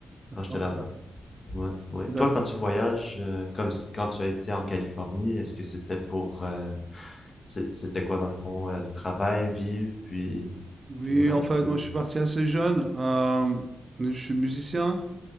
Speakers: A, on the right; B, on the left.
A: D'accord,
B: quand j'étais là-bas. Ouais, ouais.
A: d'accord.
B: Toi, quand tu voyages, euh, comme si- quand tu as été en Californie, est-ce que c'était pour euh, C'est- C'était quoi dans le fond? euh, travail, vivre, puis
A: Oui,
B: tout le reste
A: en fait,
B: ou...
A: moi, je suis parti assez jeune. euh, je suis musicien.